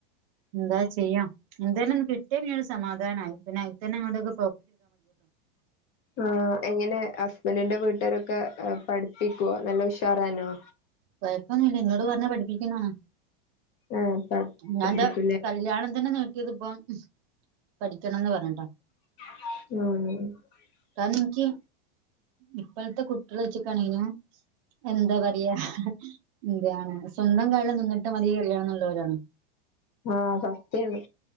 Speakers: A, on the right; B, on the left.
A: എന്താ ചെയ്യാം എന്തേലും ഒന്ന് കിട്ടയാ നെ സമാധാനായി പിന്ന അയിതന്നെ അങ്ങട്ടേക്
B: ആഹ് എങ്ങനെ ഹസ്ബന്റിന്റെ വീട്ടാരൊക്കെ എഹ് പഠി പ്പിക്കോ നല്ല ഉഷാറായ്നോ?
A: കുഴപ്പൊന്നുല്ല ഇന്നോട് പർഞ്ഞെ പഠിപ്പിക്കുന്നാണ്.
B: ആഹ്
A: ഞാൻ
B: പഠിപ്പിക്കൂല്ലേ
A: ന്റെ കല്യാണം തന്നെ നീട്ടിയത് പ്പം പഠിക്കണംന്ന് പറഞ്ഞിട്ടാ
B: ഉം
A: എനിക്ക് ഇപ്പോഴത്തെ കുട്ടികൾ വെച്ചിക്കാണെലും എന്താ പറയാ ഇതാണ് സ്വന്തം കാലിൽ നിന്നിട്ട് മതി കല്യാണം എന്നുള്ളവരാണ്
B: ആ സത്യാണ്